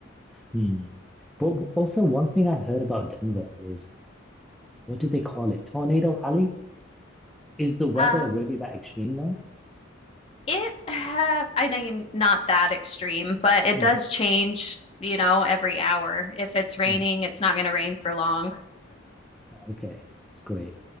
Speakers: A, in the centre; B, on the left.
A: hmm. But w- also, one thing I heard about Denver is what do they call it? Tornado Alley? Is the weather
B: Um,
A: really that extreme though?
B: It, uh, I mean, not that extreme, but it
A: Mm,
B: does change, you know, every hour. If it's raining,
A: mm.
B: it's not going to rain for long.
A: Okay, that's great.